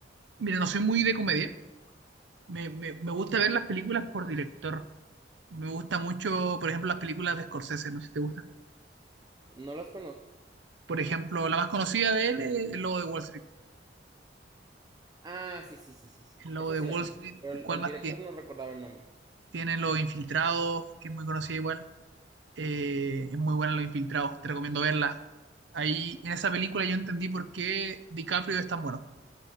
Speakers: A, on the right; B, on the right.
A: Mira, no soy muy de comedia. Me, me, me gusta ver las películas por director. Me gusta mucho, por ejemplo, las películas de Scorsese, no sé si te gustan.
B: No las conozco.
A: Por ejemplo, la más conocida de él es El Lobo de Wall Street.
B: Ah, sí, sí, sí, sí, sí,
A: El lobo
B: esa
A: de
B: sí
A: Wall
B: la conozco,
A: Street,
B: pero el,
A: ¿cuál
B: el
A: más
B: director
A: tiene?
B: no recordaba el nombre.
A: Tiene Los Infiltrados, que es muy conocida igual. Eh, es muy buena Los Infiltrados, te recomiendo verla. Ahí, en esa película yo entendí por qué DiCaprio es tan bueno,